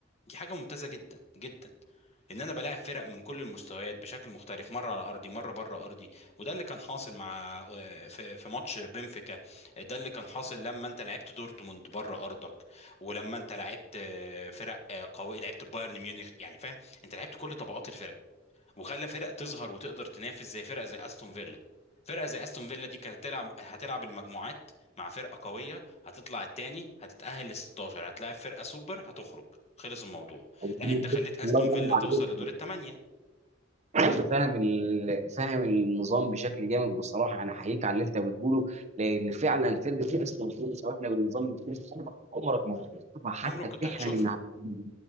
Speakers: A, on the left; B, on the right.
A: دي حاجه ممتازه جدا جدا ان انا بلاعب فرق من كل المستويات بشكل مختلف مره على ارضي مره بره ارضي وده اللي كان حاصل مع آه، في في ماتش بنفيكا ده اللي كان حاصل لما انت لعبت دورتموند بره ارضك ولما انت لعبت آه، فرق آه، قوي لعبت بايرن ميونخ يعني فاهم انت لعبت كل طبقات الفرق وخلى فرق تظهر وتقدر تنافس زي فرق زي استون فيلا فرقه زي استون فيلا دي كانت هتلعب هتلعب المجموعات مع فرقه قويه هتطلع التاني هتتاهل لل 16 هتلاعب فرقه سوبر هتخرج خلص الموضوع
B: <laughs>
A: لا انت خليت استون
B: الله ينور
A: فيلا
B: عليك
A: توصل لدور الثمانيه
B: انت فاهم ال... فاهم النظام بشكل جامد بصراحه انا احييك على اللي انت بتقوله لان فعلا فرقه اسمها بتقول احنا بالنظام الجديد عمرك عمرك ما هتشوفها حتى
A: عمرك كنت
B: بتحلم
A: هتشوفها
B: انها هتيجي.